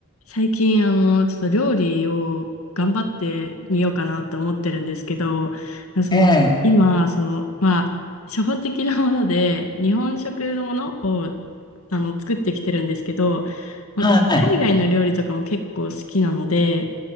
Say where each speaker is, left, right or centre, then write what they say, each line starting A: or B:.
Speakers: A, on the left; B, on the left.
A: 最近、あの、ちょっと料理を頑張ってみようかなと思ってるんですけど、その、
B: ええ、
A: 今、その、まあ、初歩的なもので、日本食のものを、あの、作ってきてるんですけど、私、
B: はい、
A: 海外の料理とかも結構好きなので、